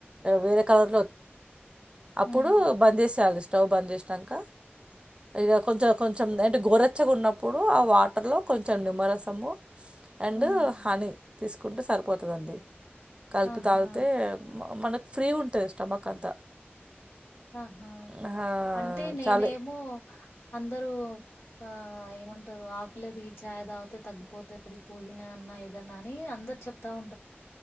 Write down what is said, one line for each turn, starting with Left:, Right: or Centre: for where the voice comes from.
Right: వేరే కలర్ లో వచ్చేస్తుది అప్పుడు
Left: హ్మ్
Right: బంద్ చేసేయాలి స్టవ్ బంద్ చేసాక అకా కొ కొంచెం అంటే గోరెచ్చగా ఉన్నప్పుడు ఆ వాటర్లో కొంచెం నిమ్మరసము అండ్
Left: హ్మ్
Right: హని తీసుకుంటే సరిపోతదండి కలిపి
Left: ఆహా
Right: తాగితే మనకు ఫ్రీ ఉంటాది స్టమక్ అంతా
Left: ఆహా
Right: ఆ
Left: అంటే నేనేమో
Right: చాలు
Left: అందరూ ఆ ఏమంటారు ఆకులేది చాయ్ తాగితే తగ్గిపోతది పుదీనా అన్నా ఏదన్నా అని అందరు చెప్తా ఉంటారండి